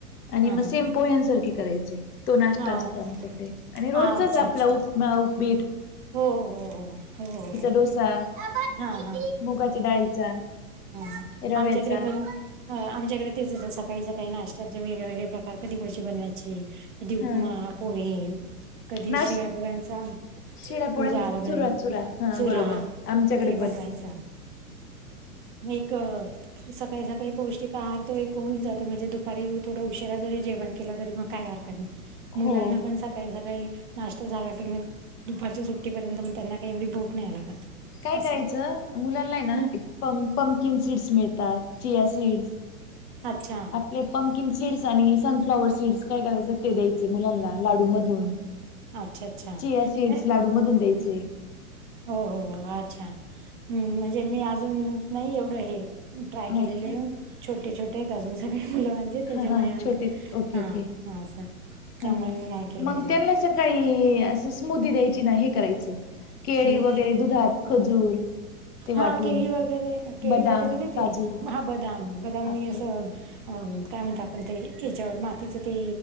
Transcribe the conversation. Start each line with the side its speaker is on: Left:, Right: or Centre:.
Left: आणि
Right: हा
Left: मग सेम पोह्यांसारखी करायचे तो नाश्ता
Right: हा
Left: असतो
Right: हा
Left: आमच्याकडे आणि रोजचाच
Right: हा अच्छा
Left: आपला
Right: अच्छा
Left: उपमा उपीठ
Right: हो हो हो
Left: डोसा
Right: हा ह
Left: मुगाच्या डाळीचा
Right: ह
Left: रव्याचा
Right: आमच्याकडे पण आमच्याकडे तेच सकाळी सकाळी नाशत्याचे वेगळेवेेगळे प्रकार कधी भजी बनवायची. उपमा,
Left: हा
Right: पोहे कधी
Left: नाश
Right: शियापर्चा
Left: शिळ्या पोळ्यांचा
Right: उगा वगैरे,
Left: चुरा चुरा हा
Right: चुरा
Left: बरोबर आमच्याकडे
Right: ते
Left: पण
Right: बनवायच. मी एक सकाळी सकाळी पौष्टिक आहार तो एक होऊन जातो म्हणजे दुपारी थोडा उशिरा जरी जेवण केला तरी मग काय आर मुलांना
Left: हो
Right: पण सकाळी सकाळी नाष्ट झाला की दुपारच्या सुट्टीपर्यंत मग त्यांना काही एवढी भोक नाही लागत.
Left: काय
Right: असं
Left: करायचं मुलांना ना
Right: हम्म
Left: प पंकीन सीड्स मिळतात, चिया सीड्स
Right: अच्छा
Left: लेपम किम सीड्स आणि सनफ्लाॉवर सीड्स काय करायचं ते द्यायचे मुलांना लाडूमधून
Right: अच्छा अच्छा
Left: चिया सीड्स
Right: नाही
Left: लाडू मधून द्यायचे.
Right: हो हो अच्छा हम् म्हणजे मी अजून नाही एवढं हे ट्राय
Left: नाही
Right: केलेले
Left: का
Right: आहे, छोटे, छोटे आहेत अजून सगळे मुलं माझे. त्याच्यामुळे
Left: हा हा छोटे ओके
Right: हा
Left: ओके
Right: हा असं
Left: हा
Right: त्यामुळे
Left: हा
Right: मी नाही केलं
Left: मग
Right: आजूण.
Left: त्यांना सकाळी असं स्मूदी द्यायची ना हे करायचं केळी,
Right: हम्म
Left: वगैरे दुधात खजूर ते वाटून
Right: हा केळी वगैरे, केळी
Left: बदाम
Right: वगैरे, देते
Left: काजू
Right: म हा बदाम, बदाम
Left: अक्रोड
Right: मी असं अ काय म्हणत आपण ते याच्यावर मातीच ते